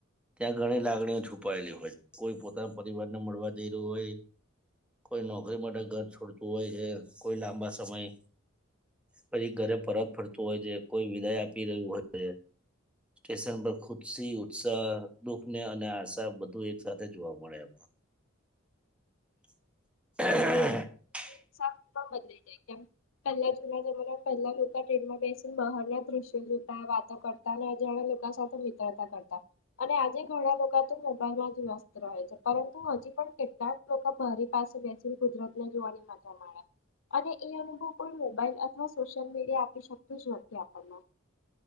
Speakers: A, in the centre; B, on the left (about 70°).
A: ત્યાં ઘણી લાગણીઓ છુપાયેલી હોય, કોઈ પોતાના પરિવારને મળવા જઈ રહ્યું હોય, કોઈ નોકરી માટે ઘર છોડતું હોય છે, કોઈ લાંબા સમય પછી ઘરે પરત ફર તું હોય છે, કોઈ વિદાય આપી રહ્યું હોય છે. સ્ટેશન પર ખુત્શી, ઉત્સાહ, દુઃખ ને અને આશા બધું એક સાથે જોવા મળે આમ. હ હ હ.
B: <unintelligible> બદલઈ જાય, કેમ પહેલા જૂના જમાના, પહેલા લોકા ટ્રેનમાં બેસીને બહારના દ્રશ્યો જોતા વાતો કરતા, ને અજાણ્યા લોકા સાથે મિત્રતા કરતા, અને આજે ઘણા લોકા તો મોબાઈલમાં જ વ્યસ્ત રહે છે, પરંતુ હજી પણ કેટલાક લોકા બારી પાસે બેસીને કુદરતને જોવાની મઝા માણે, અને એ અનુભવ કોઈ મોબાઈલ અથવા સોશિયલ મીડિયા આપી શકતું જ નથી આપણને.